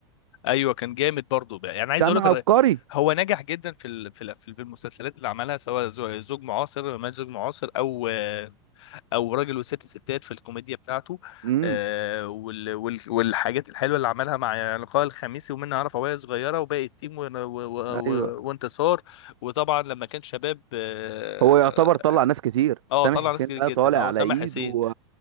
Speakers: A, on the left (about 75°); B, on the right (about 85°).
A: ايوه كان جامد برضه بقى يعني عايز
B: كان
A: اقول لك
B: عبقري
A: الر- هو نجح جدا في ال... في ال... في المسلسلات اللي عملها سواء زو- زوج معاصر ما زوج معاصر او او راجل وست ستات في الكوميديا بتاعته
B: امم
A: آه، وال... وال... والحاجات الحلوه اللي عملها مع لقاء الخميسي ومنها عرف وهي صغيره وباقي التيم و... و... و...
B: ايوه
A: وانتصار وطبعا لما كان شباب اه
B: هو يعتبر طلع ناس كتير سامح
A: آه، طلع
B: حسين
A: ناس كتير
B: ده
A: جدا
B: طالع
A: اه
B: على
A: سامح
B: ايده
A: حسين
B: و-